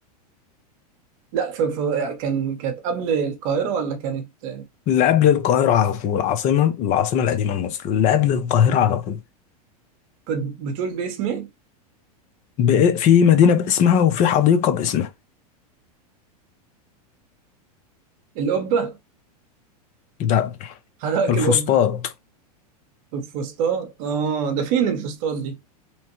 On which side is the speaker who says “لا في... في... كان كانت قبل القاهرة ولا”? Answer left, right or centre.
Right